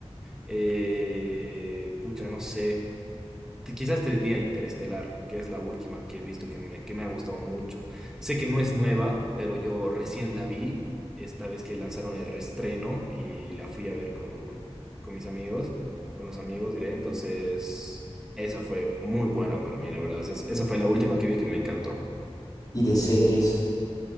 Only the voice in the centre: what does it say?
Eh, pucha, no sé. Te- Quizás te diría Interestelar, que es la última que he visto que me, que me ha gustado mucho. Sé que no es nueva, pero yo recién la vi esta vez que lanzaron el reestreno y la fui a ver con, con mis amigos, con los amigos, diré. Entonces, esa fue muy buena para mí, la verdad. Esa, es- esa fue la última que vi que me encantó.